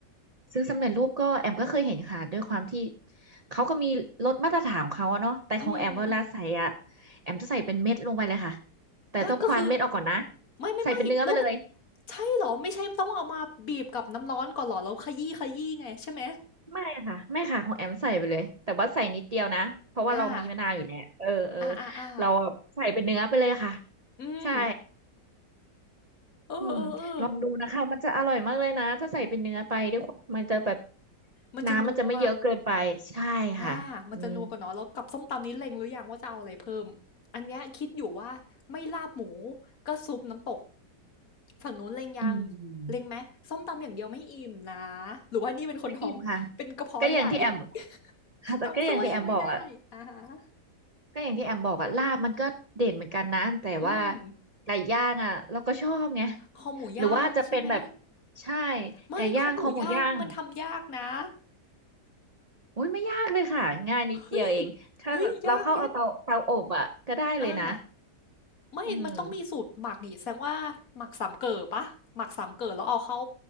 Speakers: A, on the right; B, on the left.
A: ซื้อสำเร็จรูปก็แอมก็เคยเห็นค่ะด้วยความที่เขาก็มีรสมาตรฐานของเขาอะเนาะแต่ของแอมเวลาใส่อะ
B: อืม
A: แอมจะใส่เป็นเม็ดลงไปเลยค่ะแต่ต้องควานเม็ดออกก่อนนะ
B: ฮะก็คือไม่ไม่ไม่แล้ว
A: ใส่เป็นเนื้อไปเลย
B: ใช่เหรอไม่ใช่ต้องเอามาบีบกับน้ำร้อนก่อนเหรอแล้วขยี้ขยี้ไงใช่ไหม
A: ไม่ค่ะไม่ค่ะของแอมใส่ไปเลยแต่ว่าใส่นิดเดียวนะเพราะว่าเรามีมะนาวอยู่แล้วเออเออ
B: อาอาอ่าอา
A: เราอะใส่เป็นเนื้อไปเลยค่ะ
B: อืม
A: ใช่
B: เออเออเออ
A: อืมลองดูนะคะมันจะอร่อยมากเลยนะถ้าใส่เป็นเนื้อไปด้วยความมันจะแบบ
B: มันจะนัว
A: น้ำมันจะไม่เยอะเกินไปใช่ค่ะอืม
B: อ่ามันจะนัวกว่าเนาะแล้วกับส้มตำนี้เล็งหรือยังว่าจะเอาอะไรเพิ่มอันเนี้ยคิดอยู่ว่าไม่ลาบหมูก็ซุปน้ำตกฝั่งนู้นเล็งยัง
A: อืม
B: เล็งไหมส้มตำอย่างเดียวไม่อิ่มนะหรือว่านี่เป็นคนท้องเป็นกระเพาะใหญ่
A: ไม่อิ่มค่ะก็อย่างที่แอม <laughs>
B: <laughs>
A: ค่ะแต่ก็อย่างที่แอมบอกอ่ะ
B: ตำซั่วยังไม่ได้อะฮะ
A: ก็อย่างที่แอมบอกอ่ะลาบมันก็เด่นเหมือนกันนะแต่ว่า
B: อืม
A: ไก่ย่างอ่ะเราก็ชอบไง
B: คอหมูย่างใช่ไหม
A: หรือว่าจะเป็นแบบใช่
B: ไม่คอหมูย่างมันทำยากนะ
A: ไก่ย่างคอหมูย่างโอ้ยไม่ยากเลยค่ะง่ายนิดเดียวเองถ้าแบบเราเข้าเอาเตาเตาอบอ่ะก็ได้เลยนะ
B: เฮ้ยเฮ้ยยากๆอา ไม่มันต้องมีสูตรหมักนี่แสดงว่าหมักสามเก๋อปะ
A: อืม
B: หมักสามเก๋อแล้วเอาเข้า